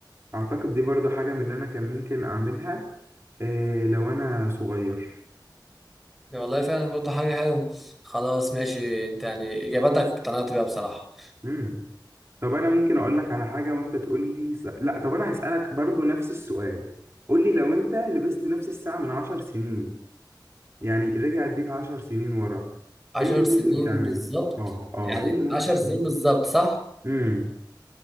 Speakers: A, on the right; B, in the centre.
A: اعتقد دي برضو حاجه من اللي انا كان ممكن اعملها إيه لو انا صغير
B: يعني والله فعلا برضه حاجة حلوة خلاص ماشي أنت يعني إجاباتك اقتنعت بيها بصراحة
A: امم طب انا ممكن اقول لك على حاجه وانت تقول لي س... لا طب انا هسالك برضو نفس السؤال قول لي لو انت لبست نفس الساعه من عشر سنين يعني رجعت بيك عشر سنين ورا
B: عشر
A: ايه اللي
B: سنين
A: ممكن تعمله
B: بالظبط
A: اه اه
B: يعني
A: ايه اللي ممكن
B: عشر
A: تعمله
B: سنين بالظبط صح؟
A: امم